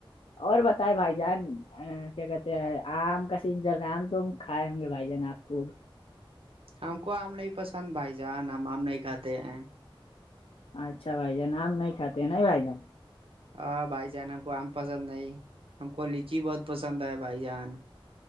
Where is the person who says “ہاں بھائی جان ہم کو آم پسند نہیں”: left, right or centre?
Right